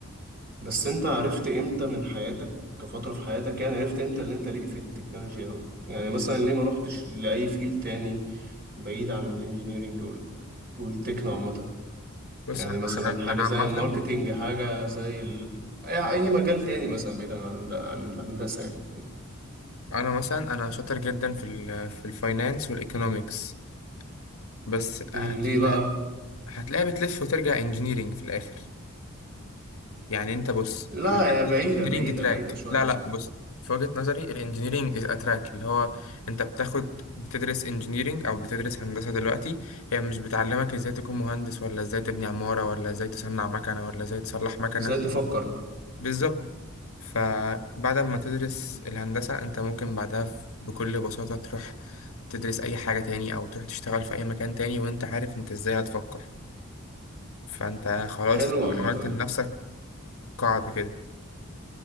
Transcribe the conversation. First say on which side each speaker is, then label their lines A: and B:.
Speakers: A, on the right; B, on the left.
A: بس أنت عرفت إمتى من حياتك كفترة في حياتك يعني عرفت إمتى اللي أنت ليك في التكنولوجيا أوي يعني مثلا ليه ما روحتش لأي فيل تاني بعيد عن الإنجينيرينج وال... والتكنو عامة
B: بص
A: يعني
B: انا
A: مثلا
B: انا
A: حاجة
B: أنا
A: زي
B: عامه
A: الماركتينج حاجة زي ال... أي أي مجال تاني مثلا بعيدا عن عن الهندسة يعني فاهم؟
B: انا مثلا انا شاطر جدا في ال في الفاينانس والايكونومكس بس
A: أمم،
B: هتيجي
A: ليه بقى؟
B: هتلاقي بتلف وترجع انجينيرينج في الاخر يعني انت بص
A: لا هي بعيدة
B: الانجينيرينج
A: بعيدة
B: تراك
A: بعيدة شوية
B: لا
A: بصراحة
B: لا بص في وجهه نظري الانجينيرينج از اتراك اللي هو انت بتاخد بتدرس انجينيرينج او بتدرس هندسه دلوقتي هي مش بتعلمك ازاي تكون مهندس ولا ازاي تبني عماره ولا ازاي تصنع مكنه ولا ازاي تصلح مكنه
A: إزاي تفكر؟
B: بالظبط فبعد ما تدرس الهندسة انت ممكن بعدها ف- بكل بساطة تروح تدرس أي حاجة تاني أو تروح تشتغل في أي مكان تاني وانت عارف انت ازاي هتفكر فانت خلاص
A: حلو
B: عملت
A: عامة
B: لنفسك قاعدة كده